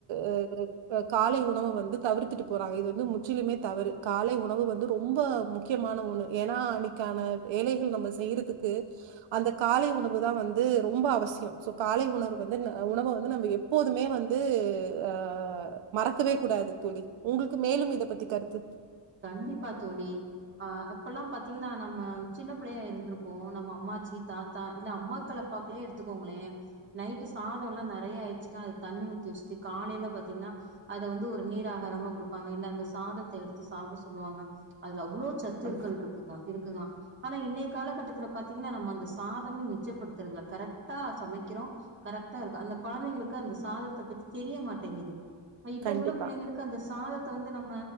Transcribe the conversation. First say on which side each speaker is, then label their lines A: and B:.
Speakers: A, on the right; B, on the right.
A: உ உ காலை உணவ வந்து தவிர்த்துட்டு போறாங்க இது வந்து முற்றிலுமே தவறு காலை உணவு வந்து ரொம்ப முக்கியமான ஒன்னு ஏன்னா அதுக்கான வேலைகள் நம்ம செய்யறதுக்கு அந்த காலை உணவு தா வந்து ரொம்ப அவசியோ சோ காலை உணவு வந்து உணவ வந்து நம்ப எப்போதுமே வந்து ஆ மறக்கவே கூடாது தோழி உங்களுக்கு மேலும் இத பத்தி கருத்து
B: கண்டிப்பா தோழி ஆ அப்பல்லா பாத்தீங்கன்னா நம்ம சின்ன பிள்ளையா இருந்திருப்போ நம்ம அம்மாச்சி தாத்தா இல்ல அம்மாக்கள பாக்லே எடுத்துக்கோங்களே நைட்டு சாதோல்லா நெறைய ஆயிருச்சுன்னா அது தண்ணி ஊத் திஸ்ட்டு காலையில பாத்தீங்கன்னா அத வந்து ஒரு நீராகாரமா குடுப்பாங்க இல்ல அந்த சாதத் எடுத்து சாப்ட சொல்லுவாங்க அதுல அவ்ளோ சத்துருக்கள்
A: ஆமா.
B: இருக்குதா இருக்குங்கலா ஆனா இன்னை காலகட்டத்தில பாத்தீங்கன்னா நம்ம வந்து சாதாமு மிச்சப்படுத்துறதுல கரைட்டா சமைக்கிறோ கரெக்ட்டா இருக்கு அந்த கொழந்தைங்களுக்கு அந்த சாதத்த பத்தி தெரிய மாட்டிங்குது இப்ப
A: கண்டிப்பா
B: உள்ள புள்ளைங்களுக்கு அந்த சாதத்த வந்து நம்ம